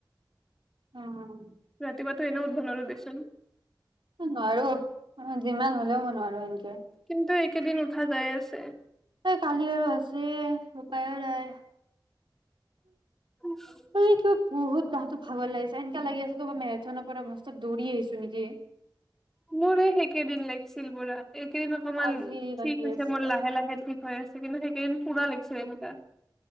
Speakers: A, on the right; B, in the centre.
A: অ'।
B: ৰাতিপুৱাটো এনেও উঠিব নোৱাৰোঁ দেচোন।
A: এ, নোৱাৰোঁ। যিমান হ'লেও মই নোৱাৰোঁ। আৰু এনকে
B: কিন্তু এইকেইদিন উঠা যায় আছে।
A: এই কালি আৰু আছে <unintelligible>
B: উফ্
A: মানে কিবা বহুত গাটো ভাগৰ লাগিছে। এনেকে লাগি আছে কবা মেৰেথনৰ পৰা মস্ত দৌৰি আহিছো। নেকি
B: মোৰ এহ সেইকেইদিন লাগছিল বুৰা, এইকেইদিন অকমান
A: আজি লাগি
B: ঠিক হৈছে
A: আছে
B: মোৰ লাহে লাহে ঠিক হৈ আছে কিন্তু সেইকেইদিন পুৰা লাগিছে এনেকুৱা।